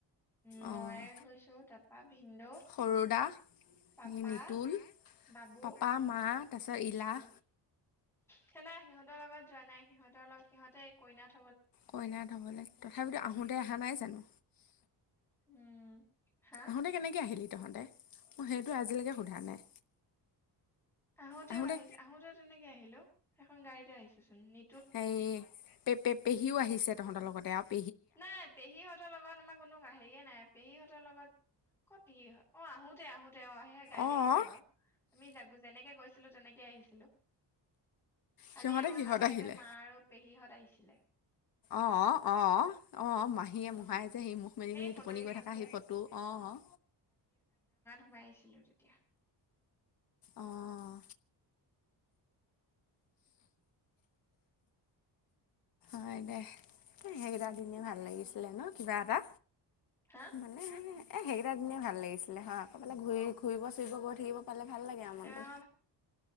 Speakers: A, in the centre; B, on the left.
A: উম, মই
B: অঁ
A: গৈছো তাৰপা ভিনদউ।
B: সৰু দা
A: পাপা,
B: নিতুল
A: বাবু।
B: পাপা মা তাৰপিছত
A: সেইতোৰ।
B: ইলা
A: সেদিনা সিহঁতৰ লগত যোৱা নাই। সিহঁতৰ লগত সিহঁতে কইনা থ
B: কইন হ'বলৈ। তথাপিতো আহোঁতে অহা নাই জানো?
A: উম হা
B: আহোঁতে কেনেকে আহিলি তহঁতে? মোৰ সেইটো আজিলেকে সোধা নাই।
A: আহোতেও
B: আহোঁতে
A: আহিছে আহোতেও তেনেকে আহিলো। সেইখন গাড়ীতে আহিছোচোন। নি
B: হেৰি পে পে পেহীও আহিছে তহঁতৰ লগতে আ
A: নাই পেহীহঁতৰ লগত আমাৰ কোনো হেৰিয়ে নাই। পেহীহঁতৰ লগত ক পেহীহঁত, অ', আহোতে আহো দে অ' সেই গাড়ীতে
B: অঁ
A: আহিছো আকৌ। আমি যেনেকে গৈছিলো তেনেকে আহিছিলোঁ। খালি
B: সিহঁতে
A: আমাৰ
B: কিহঁত
A: লগতে
B: আহিলে
A: মা আৰু পেহীহঁত আহিছিলে।
B: অ', অ'। অ', মাহীয়ে-মোহাই
A: উম
B: যে সেই মুখ মেলি-মেলি
A: ফটো
B: টোপনি
A: কেইখন
B: গৈ থাকা
A: যে
B: সেই ফটো অ'।
A: সোমাইিছিলো তেতিয়া।
B: অঁ হয় দে। এ, সেইকেইটা
A: উম।
B: দিনে ভাল লাগিছিলে ন কিবা এটা।
A: হা
B: মানে এ সেই কেনে ভাল লাগিছিলে। হ, কৰবালে ঘূৰি ফুৰিব-চুৰিব গৈ থাকিব পালে ভাল লাগে আৰু মনটো।
A: এবাৰ